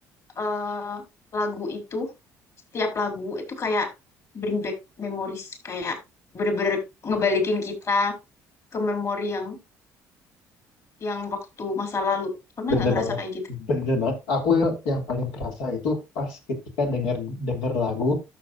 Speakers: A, on the left; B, on the left.
A: eh, lagu itu setiap lagu itu kayak bring back memories, kayak bener-bener ngebalikin kita ke memori yang yang waktu masa lalu. Pernah
B: Bener
A: nggak ngerasa
B: banget,
A: kayak gitu?
B: bener banget. Aku yang, yang paling kerasa itu pas ketika denger denger lagu